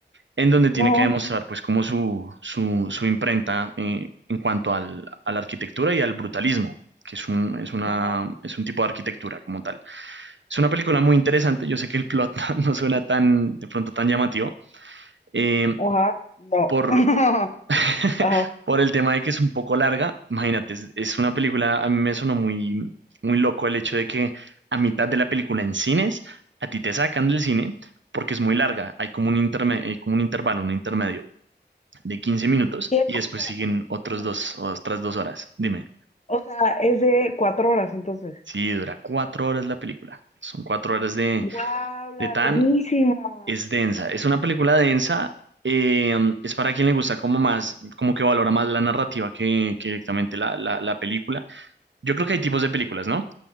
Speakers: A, on the right (about 80°); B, on the left (about 40°).
A: en donde tiene
B: no,
A: que demostrar pues como su, su, su imprenta eh, en cuanto al- a la arquitectura y al brutalismo. que es un, es una,
B: ajá,
A: es un tipo de arquitectura como tal. Es una película muy interesante, yo sé que el plot <laughs> no suena tan, de pronto tan llamativo, eh,
B: ajá, no,
A: por,
B: <laughs>
A: <laughs>
B: ajá.
A: por el tema de que es un poco larga. Imagínate, es, es una película, a mí me sonó muy, muy loco el hecho de que a mitad de la película en cines, a ti te sacan del cine porque es muy larga. Hay como un, interme- eh, como un intervalo, un intermedio de 15 minutos
B: ¿Qué
A: y
B: cosa?
A: después siguen otros
B: No,
A: dos, otras dos horas. Dime,
B: O sea, es de cuatro horas, entonces.
A: si dura cuatro horas la película. Son cuatro horas de,
B: ¡Guau,
A: de
B: larguísima!
A: tan Es densa, es una película densa, eh, es para quien le gusta como más, como que valora más la narrativa que, que directamente la, la, la película. Yo creo que hay tipos de películas, ¿no?